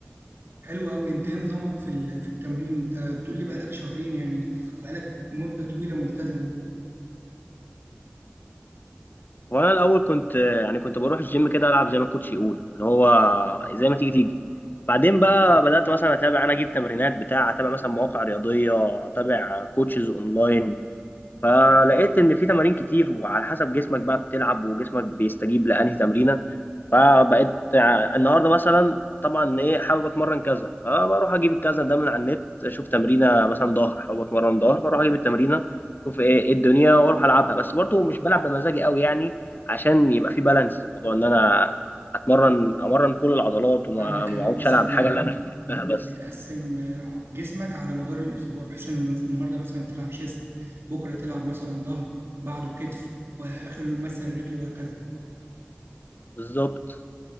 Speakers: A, on the right; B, on the left.
A: حلو قوي انت ايه نظامك في ال... في التمرين انت بتقول لي بقالك شهرين يعني بقالك مدة طويلة ملتزم
B: وانا الاول كنت يعني كنت بروح الجيم كده العب زي ما الكوتش يقول اللي هو زي ما تيجي تيجي بعدين بقى بدات مثلا اتابع انا اجيب تمرينات بتاع اتابع مثلا مواقع رياضيه اتابع كوتشز اونلاين فلقيت ان في تمارين كتير وعلى حسب جسمك بقى بتلعب وجسمك بيستجيب لانهي تمرينه فبقيت ع- النهارده مثلا طبعا ايه حابب اتمرن كذا فبروح اجيب الكذا ده من على النت اشوف تمرينه مثلا ظهر حابب اتمرن ظهر فاروح اجيب التمرينه اشوف ايه إيه الدنيا واروح العبها بس برضه مش بلعب بمزاجي قوي يعني عشان يبقى في بالانس موضوع ان انا اتمرن امرن كل العضلات وما
A: فاهمك
B: ما
A: اللي هو
B: اقعدش
A: مثلا
B: العب الحاجه اللي انا بحبها بس
A: بتقسم آه، جسمك على مدار الأسبوع بحيث إن مث- النهاردة مثلا تلعب شيست بكرة تلعب مثلا ظهر بعده كتف وآخر يوم مثلا رجل وهكذا
B: بالظبط